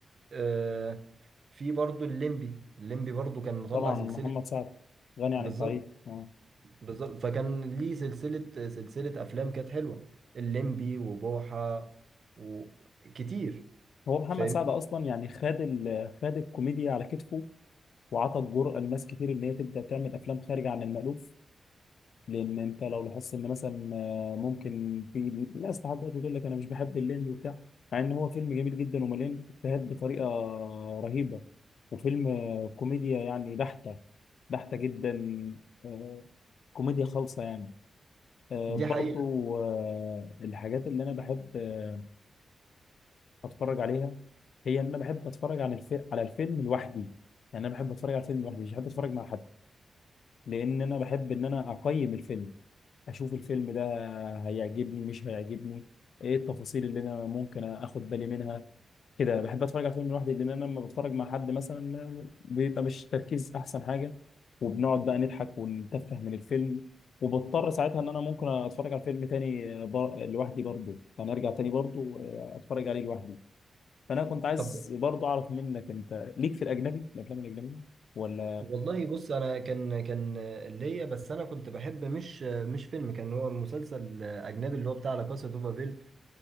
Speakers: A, on the right; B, on the left.
A: آه، في برضو الليمبي الليمبي برضو كان مطلع
B: طبعا
A: سلسلة
B: محمد سعد غني عن
A: بالظبط
B: التعريف اه
A: بالظبط فكان ليه سلسلة سلسلة أفلام كانت حلوة الليمبي وبوحة وكتير
B: هو محمد
A: فاهم
B: سعد اصلا يعني خد ال- خد الكوميديا على كتفه وعطى الجرأة لناس كتير ان هي تبدا تعمل افلام خارجه عن المألوف لان انت لو لاحظت ان مثلا آه، ممكن في ناس لحد دلوقتي تقول لك انا مش بحب الليمبي وبتاع مع ان هو فيلم جميل جدا ومليان افيهات بطريقه رهيبه وفيلم آه، كوميديا يعني بحته بحته جدا آه، كوميديا خالصه يعني آه،
A: دي
B: برضو
A: حقيقة
B: آه، الحاجات اللي انا بحب آه، اتفرج عليها هي ان انا بحب اتفرج على الفيلم على الفيلم لوحدي يعني انا بحب اتفرج على الفيلم لوحدي مش بحب اتفرج مع حد لان انا بحب ان انا اقيم الفيلم اشوف الفيلم ده هيعجبني مش هيعجبني ايه التفاصيل اللي انا ممكن اخد بالي منها كده بحب اتفرج على فيلم لوحدي لان انا لما بتفرج مع حد مثلا بيبقى مش تركيز احسن حاجه وبنقعد بقى نضحك ونتفه من الفيلم وبضطر ساعتها ان انا ممكن اتفرج على فيلم تاني بر... لوحدي برضه يعني ارجع تاني برضه اتفرج عليه لوحدي فانا كنت عايز
A: طب
B: برضه اعرف منك انت ليك في الاجنبي الافلام الاجنبيه ولا
A: والله بص أنا كان كان ليا بس أنا كنت بحب مش مش فيلم كان هو مسلسل أجنبي اللي هو بتاع لا كاسا دو بابيل